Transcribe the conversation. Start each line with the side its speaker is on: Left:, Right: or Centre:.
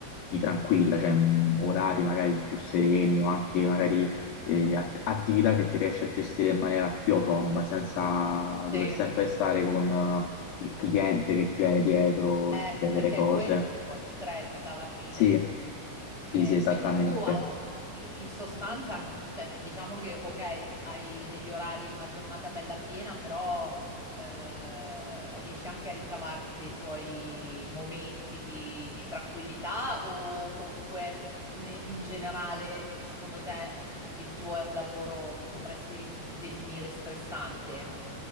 Left: di tranquilla, cioè mh, orari magari più sereni o anche magari eh, att- attività che ti riesci a gestire in maniera più autonoma, senza
Centre: sì.
Left: dover sempre stare con eh, il cliente che ti viene dietro
Centre: Eh,
Left: e ti chiede
Centre: perché
Left: le cose.
Centre: è quello che poi stressa alla fine.
Left: Sì, sì,
Centre: Eh,
Left: sì, esattamente.
Centre: quindi tu alla- in in sostanza, cioè, diciamo che ok, hai degli orari, una giornata bella piena, però eh, riesci anche a ricavarti dei tuoi momenti di, di tranquillità o comunque ne- in generale, secondo te, il tuo è un lavoro che potresti rifi- definire stressante?